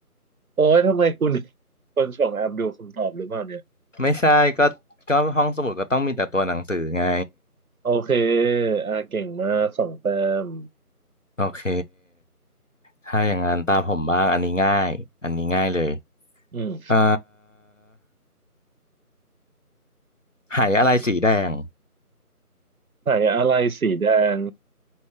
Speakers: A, on the right; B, on the left.
A: โอ้ยทำไมคุณ <laughs> คนส่งแอบดูคำตอบหรือเปล่าเนี่ย
B: ไม่ใช่ก็ก็ห้องสมุดก็ต้องมีแต่ตัวหนังสือไง
A: โอเคอ่าเก่งมากสองแต้ม
B: โอเคถ้าอย่างนั้นตามผมบ้างอันนี้ง่ายอันนี้ง่ายเลย
A: อืม
B: เอ่อไหอะไรสีแดง
A: ไข่อะไรสีแดง